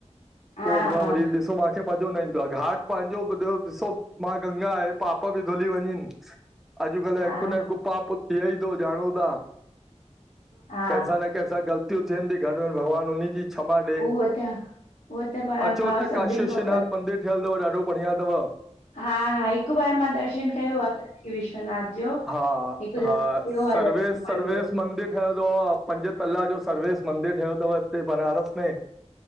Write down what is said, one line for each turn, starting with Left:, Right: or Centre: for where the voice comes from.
Left: हा
Centre: पो मां
Left: हा
Centre: वरी ॾिसो मांखे मज़ो न ईंदो आ, घाट पंहिंजो ॿियो ॾिसो मां गंगा आहे पाप बि धुली वञनि, अॼुकल्ह
Left: हा
Centre: हिकु न हिकु पाप थिए ई तो ॼाणूं ता?
Left: हा
Centre: कंहिं सां न कहिं सां ग़लतियूं थीयनती घर में भॻवान उन्हे जी क्षमा ॾे
Left: उहो त उहो त भा
Centre: अचो
Left: भाउ
Centre: हिते
Left: सभिनि
Centre: काशी विश्वनाथ
Left: खां ग़लति
Centre: मंदिर ठयलतव ॾाढो बढ़िया तव।
Left: हा -हा हिकु बार मां दर्शन कयो आ, काशी विश्वनाथ जो
Centre: हा
Left: हिकु
Centre: -हा,
Left: दफ़ो थियो आहे
Centre: सर्वे
Left: दर्शन पंहिंजो
Centre: -सर्वे मंदिर ठहियो आ पंज तला जो सर्विस मंदिर ठहियल तव हिते बनारस में,